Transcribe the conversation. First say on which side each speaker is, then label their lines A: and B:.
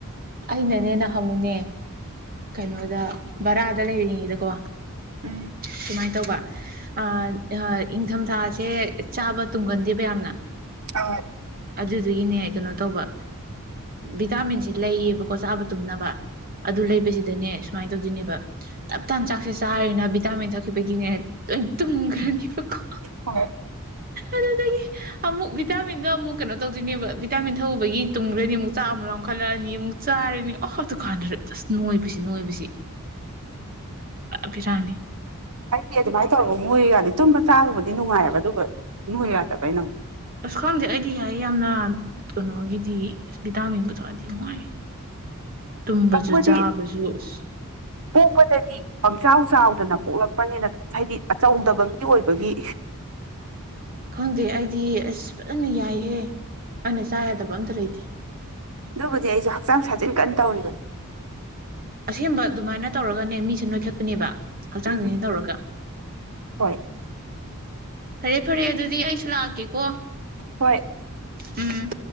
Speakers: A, on the right (about 40°); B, on the right (about 85°).
A: ꯑꯩꯅꯅꯦ ꯅꯍꯥꯟꯃꯨꯛꯅꯦ ꯀꯩꯅꯣꯗ ꯚꯔꯥꯗ ꯂꯩꯔꯤꯉꯩꯗꯀꯣ꯫
B: ꯎꯝ
A: ꯁꯨꯃꯥꯏ ꯇꯧꯕ꯫ ꯑ ꯑ ꯏꯪꯊꯝꯊꯥꯁꯦ ꯆꯥꯕ ꯇꯨꯡꯒꯟꯗꯦꯕ ꯌꯥꯝꯅ꯫
B: <unintelligible>
A: ꯑꯗꯨꯗꯨꯒꯤꯅꯦ ꯀꯩꯅꯣ ꯇꯧꯕ ꯚꯤꯇꯥꯃꯤꯟꯁꯤ ꯂꯩꯌꯦꯕꯀꯣ ꯆꯥꯕ ꯇꯨꯝꯅꯕ ꯑꯗꯨ ꯂꯩꯕꯁꯤꯗꯅꯦ ꯁꯨꯃꯥꯏꯅ ꯇꯧꯗꯣꯏꯅꯦꯕ꯫ ꯇꯞꯇꯥꯥꯏꯅ ꯆꯥꯛꯁꯦ ꯆꯥꯔꯦꯕ ꯚꯤꯇꯥꯃꯤꯟ ꯊꯛꯈꯤꯕꯒꯤꯅꯦ ꯂꯣꯏ ꯇꯨꯝꯈ꯭ꯔꯅꯤꯕꯀꯣ꯫
B: ꯍꯣꯏ꯫
A: ꯑꯗꯨꯗꯩ ꯑꯃꯨꯛ ꯚꯤꯇꯥꯃꯤꯟꯗꯣ ꯑꯃꯨꯛ ꯀꯩꯅꯣ ꯇꯧꯗꯣꯏꯅꯦꯕ ꯚꯤꯇꯥꯃꯤꯟ ꯊꯛꯑꯨꯕꯒꯤ ꯇꯨꯝꯒꯔꯅꯤ ꯑꯃꯨꯛ ꯆꯥꯛ ꯑꯃꯨꯛ ꯂꯥꯝꯈꯠꯂꯛꯑꯅꯤ꯫ ꯑꯃꯨꯛ ꯆꯥꯔꯅꯤ ꯑꯣ ꯑꯗꯨꯀꯥꯟꯗꯨ ꯑꯁ ꯅꯣꯏꯕꯁꯤ ꯅꯣꯏꯕꯁꯤ꯫ ꯄꯨꯔꯥ ꯕꯦꯔꯥꯅꯤ꯫
B: ꯑꯩꯗꯤ ꯑꯗꯨꯃꯥꯏꯅ ꯇꯧꯔꯐꯧ ꯅꯣꯏꯌꯨ ꯌꯥꯗꯦ ꯇꯨꯝꯕ ꯆꯥꯕꯕꯨꯗꯤ ꯅꯨꯡꯉꯥꯏꯌꯦꯕ ꯑꯗꯨꯒ ꯅꯣꯏꯌꯨ ꯌꯥꯗꯕ ꯑꯩꯅ ꯑꯃꯨꯛ꯫
A: ꯑꯁ ꯈꯪꯗꯦ ꯑꯩꯗꯤ ꯌꯥꯏꯌꯦ ꯌꯥꯝꯅ ꯀꯩꯅꯣꯒꯤꯗꯤ ꯑꯁ ꯚꯤꯇꯥꯃꯤꯟꯕꯨ ꯊꯛꯑꯗꯤ ꯅꯨꯡꯉꯥꯏꯌꯦ꯫ ꯇꯨꯝꯕꯁꯨ
B: ꯇꯧꯕꯗꯤ
A: ꯆꯥꯕꯁꯨ ꯑꯁ꯫
B: ꯄꯣꯛꯄꯗꯒꯤ꯫ ꯄꯪꯆꯥꯎ ꯆꯥꯎꯗꯅ ꯄꯣꯛꯂꯛꯄꯅꯤꯅ ꯍꯥꯏꯗꯤ ꯑꯆꯧꯗꯕ ꯃꯤ ꯑꯣꯏꯕꯒꯤ
A: ꯈꯪꯗꯦ ꯑꯩꯗꯤ ꯑꯁ ꯐꯖꯅ ꯌꯥꯏꯍꯦ ꯑꯩꯅ ꯆꯥ ꯌꯥꯗꯕ ꯑꯝꯇ ꯂꯩꯇꯦ꯫
B: ꯅꯪ ꯍꯧꯖꯤꯛ ꯑꯩꯁꯨ ꯍꯛꯆꯥꯡ ꯁꯥꯖꯦꯟ ꯀꯟꯅ ꯇꯧꯔꯤꯕꯅꯤ꯫
A: ꯑꯁꯦꯡꯕ ꯑꯗꯨꯃꯥꯏꯅ ꯇꯧꯔꯒꯅꯦ ꯃꯤꯁꯦ ꯅꯣꯏꯈꯠꯄꯅꯦꯕ꯫ ꯍꯛꯆꯥꯡ
B: ꯎꯝ
A: ꯁꯥꯖꯦꯟ ꯇꯧꯔꯒ꯫
B: ꯍꯣꯏ
A: ꯐꯔꯦ ꯐꯔꯦ ꯑꯗꯨꯗꯤ ꯑꯩꯁꯨ ꯂꯥꯛꯀꯦꯀꯣ꯫
B: ꯍꯣꯏ꯫
A: ꯎꯝ꯫